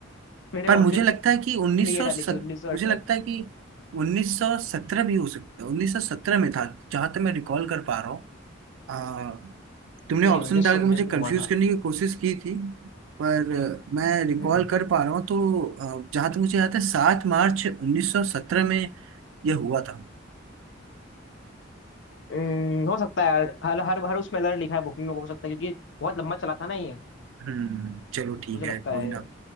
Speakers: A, on the left; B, on the right.
A: मेरे
B: पर
A: ऑप्शन
B: मुझे लगता है कि उन्नीस
A: में ये
B: सौ
A: डाली
B: सत
A: थी उन्नीस सौ
B: मुझे
A: अठारह
B: लगता है कि उन्नीस सौ सत्रह भी हो सकता है उन्नीस सौ सत्रह में था जहां तक मैं रिकॉल कर पा रहा हूँ अ, तुमने ऑप्शन
A: नहीं उन्नीस
B: डाल
A: सौ
B: के
A: उन्नीस
B: मुझे
A: में
B: कंफ्यूज
A: हुआ था
B: करने की कोशिश की थी पर अ, मैं रिकॉल
A: हम्म
B: कर पा रहा हूँ तो जहां तक मुझे याद है सात मार्च उन्नीस सौ सत्रह में यह हुआ था
A: हम्म, हो सकता है यार, हर हर हर उसमें अलग लिखा है बुक में हो सकता है क्योंकि बहुत लंबा चला था ना ये
B: हम्म चलो ठीक
A: मुझे
B: है
A: लगता
B: कोई
A: है
B: ना